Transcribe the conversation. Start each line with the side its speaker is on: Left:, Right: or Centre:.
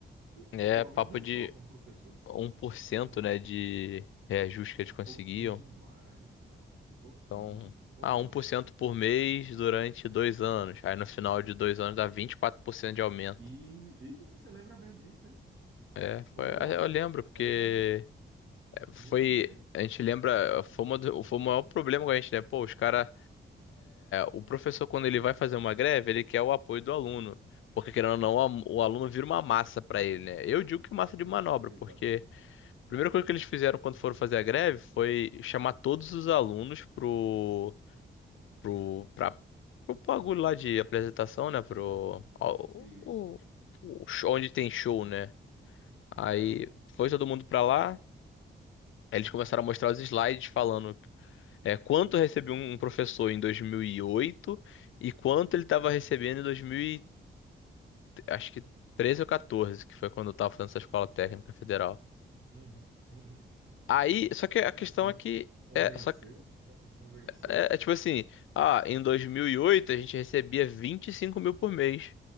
Right: Eu,
Left: É,
Right: pelo
Left: papo
Right: menos não
Left: de
Right: só como professor.
Left: um por cento
Right: Hum,
Left: né, de reajuste que eles conseguiam.
Right: pouquinho demais, cara. Pouquinho,
Left: Então,
Right: pouquinho.
Left: ah, um por cento por mês durante dois anos. Aí no final de dois anos dá 24% de aumento.
Right: E, e você lembra bem disso, hein?
Left: É, foi,
Right: Boa.
Left: ah, eu lembro, porque
Right: Era.
Left: eh, foi.
Right: Muito bem.
Left: A gente lembra, foi, uma, do- foi o maior problema com a gente, né? Pô, os caras. o professor, quando ele vai fazer uma greve, ele quer o apoio do aluno. Porque, querendo ou não, o am- o aluno vira uma massa pra ele, né? Eu digo que massa de manobra,
Right: Exatamente.
Left: porque. A primeira coisa que eles fizeram quando foram fazer a greve foi chamar todos os alunos pro, pro, pra, pro bagulho lá de apresentação, né? Pro, ao-
Right: Isso.
Left: o- o show- onde tem show, né? Aí
Right: É.
Left: foi todo mundo pra lá. Aí eles começaram a mostrar os slides falando é, quanto recebeu um professor em dois mil e oito e quanto ele estava recebendo em 2000, e- acho que 13 ou 14, que foi quando eu tava fazendo essa escola técnica federal.
Right: Uhum, uhum.
Left: Aí, só que a questão
Right: Mas con-
Left: é que
Right: convenceu?
Left: é, só,
Right: Con- Convenceu?
Left: É, é tipo assim, ah, em 2008 a gente recebia 25 mil por mês.